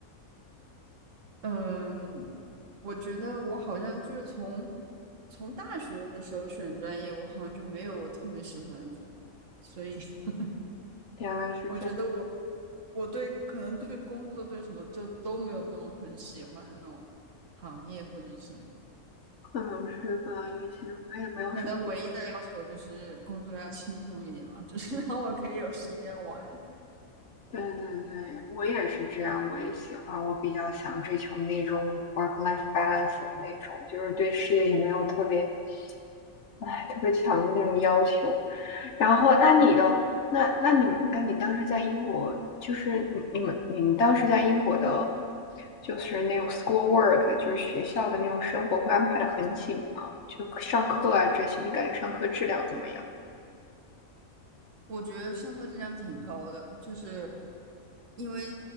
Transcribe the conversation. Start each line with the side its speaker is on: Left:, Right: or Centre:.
Right: 嗯，我觉得我好像就是从从大学的时候选专业，我好像就没有我特别喜欢的专业，所以 <laughs>
Left: 原来是这样，
Right: 我觉得我我对可能对工作对什么就都没有那种很喜欢的那种行业或者什么。
Left: 可能是吧，因为其实我也没有什么。
Right: 可能唯一的要求就是工作要轻松一点吧，就是 <laughs> 让我可以有时间玩。
Left: 对对对，我也是这样，我也喜欢，我比较想追求那种 work-life balance 的那种，就是对事业也没有特别，哎，特别强的那种要求。然后，那你的那那你那你当时在英国，就是你你们你们当时在英国的，就是那种 school work，就是学校的那种生活会安排的很紧吗？就上课啊这些，你感觉上课质量怎么样？
Right: 我觉得上课质量挺高的，就是因为